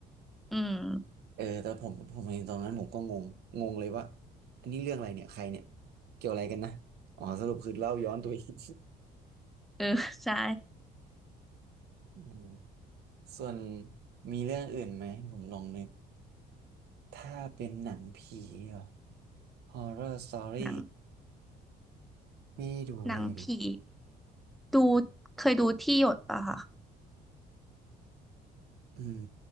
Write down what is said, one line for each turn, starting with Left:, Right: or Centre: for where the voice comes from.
Centre: อืม
Right: เออแต่ผมผมเห็นตอนนั้นผมก็งงงงเลยว่าอันนี้เรื่องอะไรเนี่ยใครเนี่ยเกี่ยวอะไรกันนะอ๋อสรุปคือเล่าย้อนตัวเอง
Centre: เออ <laughs> ใช่
Right: <laughs> อืมส่วนมีเรื่องอื่นไหมผมลองนึกถ้าเป็นหนังผีเหรอ Horror Story
Centre: หนัง
Right: ไม่ได้ดูเลยดิ
Centre: หนังผีดูเคยดูที่หยดป่ะคะ
Right: อืม